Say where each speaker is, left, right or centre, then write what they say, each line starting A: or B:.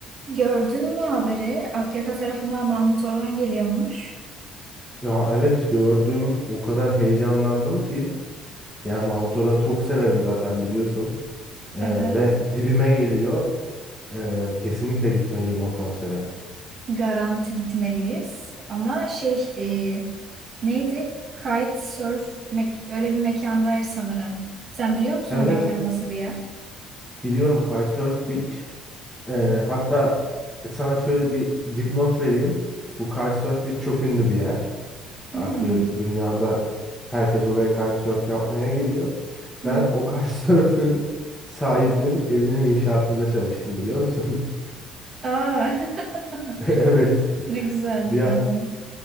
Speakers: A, on the right; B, in the centre.
A: Gördün mü haberi? Akyaka tarafından Mahmut Orhan geliyormuş.
B: Ya evet gördüm o kadar heyecanlandım ki yani Mahmut Orhan'ı çok severim zaten biliyorsun Ee,
A: Evet.
B: ve dibime geliyor Ee, kesinlikle gitmeliyim o konsere.
A: Garanti gitmeliyiz. Ama şey e, neydi? Kitesurf mek öyle bir mekandaydı sanırım. Sen biliyor musun
B: Evet
A: o mekan
B: evet
A: nasıl bir yer?
B: biliyorum Kitesurf Beach Ee, hatta sana şöyle bir dipnot vereyim bu Kitesurf Beach çok ünlü bir yer
A: Hmm.
B: artık böyle dünyada herkes oraya kitesurf yapmaya geliyor.
A: Hmm.
B: Ben o <laughs> kitesurf'ün sahibinin evinin inşaatında çalıştım biliyor musun?
A: Aa. <laughs>
B: <laughs> Evet.
A: Ne güzel
B: Bir,
A: bir anı.